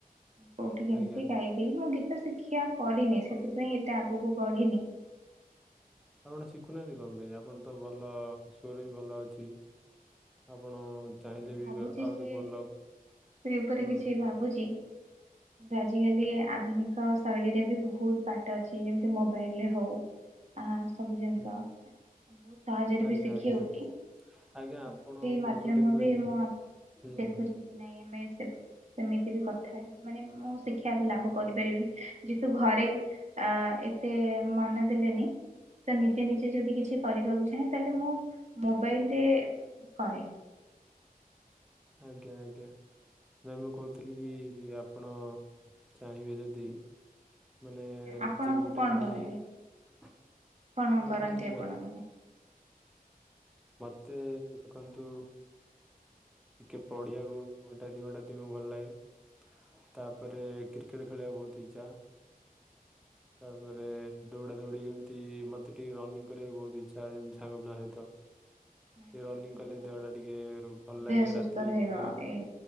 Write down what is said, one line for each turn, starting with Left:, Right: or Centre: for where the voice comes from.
Right: ମୁଁ କୋଉଠି କେମତି
Centre: ଆଜ୍ଞା
Right: ଗାଇଦିଏ ମୁଁ ଗୀତ ଶିକ୍ଷା କରିନି, ସେଥିପାଇଁ ଏତେ ଆଗକୁ ବଢିନି।
Centre: ଆପଣ ଶିଖୁନାହାଁନ୍ତି କଣ ପାଇଁ? ଆପଣ ତ ଭଲ, ସ୍ୱର ବି ଭଲ ଅଛି। ଆପଣ ଚାହିଁଲେ ବି
Right: ଭାବୁଛି
Centre: ଆହୁରି
Right: ସେ,
Centre: ଭଲ
Right: ସେ ଉପରେ
Centre: ହୁଁ
Right: କିଛି ଭାବୁଚି କିନ୍ତୁ ଆଜିକାଲି ଆଧୁନିକ ଶୈଳୀରେ ବି ବହୁତ ବାଟ ଅଛି। ଯେମତି ମୋବାଇଲରେ ହଉ ଆ ସବୁ ଜିନିଷ
Centre: ହୁଁ
Right: ବହୁତ ସହଜରେ
Centre: ଆଜ୍ଞା
Right: ବି ଶିଖି
Centre: ଆଜ୍ଞା
Right: ହଉଛି, ମତେ
Centre: ଆଜ୍ଞା ଆପଣ
Right: ସେତିକି
Centre: କୌଣସି
Right: ମାଧ୍ୟମ
Centre: ଗୋଟେ
Right: ଧ୍ୟମ
Centre: ନୁହେଁ
Right: ବି
Centre: କି
Right: ମୁଁ
Centre: ହୁଁ
Right: ଦେଖୁଛି
Centre: ହୁଁ
Right: କି ନାଇଁ ଆମେ ସେ ସେମିତି ବି କଥା ହେଇ ମାନେ ମୁଁ ଶିକ୍ଷା ଲାଭ କରିପାରିବି, ଯେହେତୁ ଘରେ ଅ ଏତେ ମନ ଦେଲେନି, ତ ନିଜେ ନିଜେ ଯଦି କିଛି କରିବାକୁ ଚାହେଁ ତାହେଲେ ମୁଁ ମୋବାଇଲରେ କରେ।
Centre: ଆଜ୍ଞା ଆଜ୍ଞା। ନାଇଁ ମୁଁ କହୁଥିଲି କି, ଆପଣ ଚାହିଁବେ ଯଦି ମାନେ ନିଜେ
Right: ଆପଣଙ୍କୁ
Centre: ବି ଗୋଟେ
Right: କଣ
Centre: କୌଣସି,
Right: ଭଲ ଲାଗେ
Centre: ଗୋଟେ
Right: କଣ
Centre: ଦେଖନ୍ତୁ
Right: କରନ୍ତି ଆପଣ
Centre: ମ
Right: ମାନେ?
Centre: ମୋତେ ଦେଖନ୍ତୁ ଟିକେ ପଢିଆକୁ ଘଣ୍ଟାଏ ଦି ଘଣ୍ଟା ଦିନକୁ ଭଲ ଲାଗେ। ତାପରେ କ୍ରିକେଟ ଖେଳିବାକୁ ବହୁତ ଇଚ୍ଛା। ତାପରେ ଦୌଡ଼ା ଦୌଡ଼ି ଏମତି ମୋତେ ଟିକେ ରନିଙ୍ଗ କରିବାକୁ ବହୁତ ଇଚ୍ଛା, ଯେମିତି ସାଙ୍ଗ ପିଲା ସହିତ।
Right: ଆଚ୍ଛା
Centre: ଏ ରନିଂ
Right: ବହୁତ
Centre: କଲେ ଦେହଟା
Right: ଭଲ।
Centre: ଟିକେ ଭଲ ଲାଗେ,
Right: ଦେହ ସୁସ୍ଥ
Centre: ରାତିରେ
Right: ରହିବ
Centre: ନିଦ ବି
Right: ଏଇ